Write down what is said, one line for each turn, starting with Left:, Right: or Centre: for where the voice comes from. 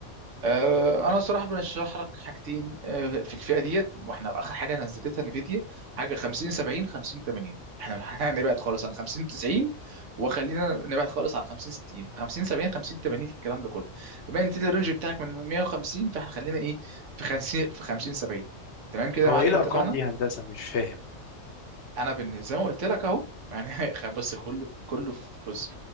Right: آه، انا صراحه برشح لك حاجتين آه، في الفئه ديت واحنا اخر حاجه نزلتها نفيديا حاجه 50 70 50 80 احنا <laughs> هنبعد خالص عن 50 90 وخلينا نبعد خالص عن 50 60 50 70 50 80 في الكلام ده كله بما ان انت الرينج بتاعك من 150 فاحنا خلينا ايه في 50 في 50 70 تمام كده
Left: هو
Right: يا معلم
Left: ايه الارقام
Right: اتفقنا
Left: دي يا هندسه مش فاهم
Right: انا بالن- زي ما قلت لك اهو يعني <laughs> بص كله كله في بص